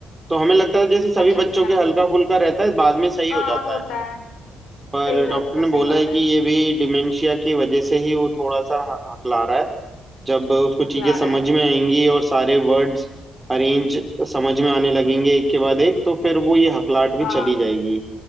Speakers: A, on the right; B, on the left.
A: तो हमें लगता था जैसे
B: अच्छा
A: सभी
B: अच्छा
A: बच्चों के हल्का फुल्का रहता है बाद में सही
B: हाँ
A: हो जाता
B: होता
A: है
B: है
A: पर
B: सही हो जाता
A: डॉक्टर ने
B: सही
A: बोला
B: बात
A: है कि
B: है
A: ये भी डिमेंशिया की वजह से ही वो थोड़ा सा ह- हकला रहा है जब उसको
B: हकला
A: चीजें समझ
B: रहा है
A: में आएंगी और सारे वर्ड्स अरेंज समझ में आने लगेंगे एक के बाद एक तो फिर वो ये हकलाहट भी
B: हाँ
A: चली जाएगी